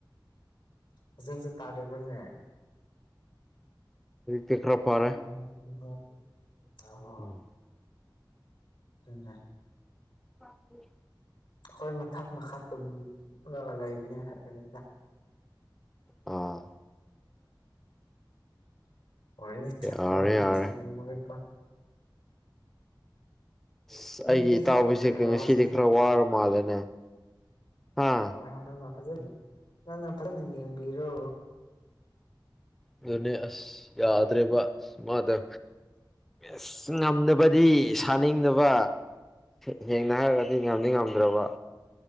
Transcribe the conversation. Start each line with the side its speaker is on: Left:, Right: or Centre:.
Left: ꯍꯧꯖꯤꯛꯁꯨ ꯇꯥꯔꯤꯕꯅꯦ꯫
Centre: ꯗꯤ ꯈꯔ ꯐꯔꯦ꯫
Left: <unintelligible> <inaudible>
Centre: ꯎꯝ
Left: ꯎꯝ
Centre: ꯑ ꯎ
Left: ꯍꯣꯏ ꯃꯊꯛ ꯃꯈꯥ ꯇꯨꯝꯂ ꯂꯩꯕꯅꯦ ꯍꯥꯏꯕꯅꯤꯗ꯫
Centre: ꯑꯥ
Left: ꯑꯣꯔꯤꯁꯥ
Centre: ꯌꯥꯔꯦ
Left: ꯑꯣꯔꯤꯁ
Centre: ꯌꯥꯔꯦ
Left: ꯃꯦꯃꯣꯔꯤ ꯀꯥꯔꯠ
Centre: ꯑꯁ
Left: ꯅꯣꯏꯅꯤꯈꯥꯛ
Centre: ꯑꯩꯒꯤ ꯏꯇꯥꯎꯕꯤꯁꯦ
Left: ꯂꯩꯕꯔꯥ
Centre: ꯉꯁꯤꯗꯤ
Left: ꯍꯧꯖꯤꯛꯇꯤ
Centre: ꯈꯔ ꯋꯥꯔ ꯃꯥꯜꯂꯦꯅꯦ ꯍꯥ
Left: ꯍꯣꯏ ꯍꯪꯗꯨꯒ ꯐꯖꯟ ꯅꯪꯅ ꯐꯖꯅ ꯌꯦꯡꯕꯤꯔꯣ
Centre: ꯑꯗꯨꯅꯦ ꯑꯁ ꯌꯥꯗ꯭ꯔꯦꯕ ꯑꯁ ꯃꯥꯗ ꯑꯁ ꯉꯝꯗꯕꯗꯤ ꯁꯥꯅꯤꯡꯗꯕ ꯁꯦꯡꯅ ꯍꯥꯏꯔꯒꯗꯤ ꯉꯝꯗꯤ ꯉꯝꯗ꯭ꯔꯥꯕ